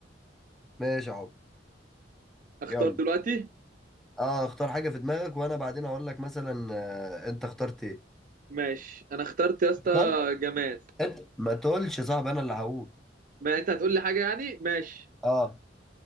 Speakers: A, in the centre; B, on the right.
A: ماشي يا حب
B: اختار
A: يلا
B: دلوقتي
A: أه اختار حاجة في دماغك وأنا بعدين أقول لك مثلا اه، أنت اخترت إيه
B: ماشي انا اخترت يا اسطى
A: اخترت
B: جماد
A: أنت ما تقولش يا صاحبي أنا اللي هقول
B: ما انت هتقول لي حاجه يعني ماشي
A: أه